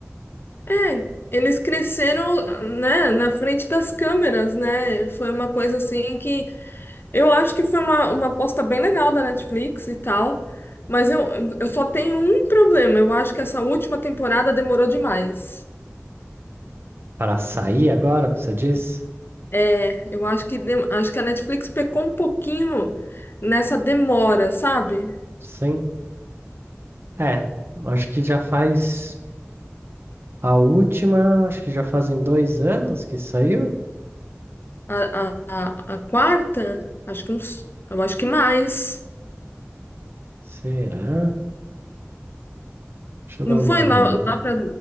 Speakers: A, on the left; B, on the right.
A: É, Eles cresceram, né, na frente das câmeras, né? Foi uma coisa assim que eu acho que foi uma, uma aposta bem legal da Netflix e tal. Mas eu, eu só tenho um problema. Eu acho que essa última temporada demorou demais.
B: Para sair agora, você diz?
A: É, eu acho que, de- acho que a Netflix pecou um pouquinho nessa demora, sabe?
B: Sim. É, acho que já faz a última, acho que já fazem dois anos que saiu.
A: A, a, a, a quarta, acho que uns, eu acho que mais.
B: Será? Deixa eu
A: Não
B: dar
A: foi
B: uma olhada.
A: lá, lá para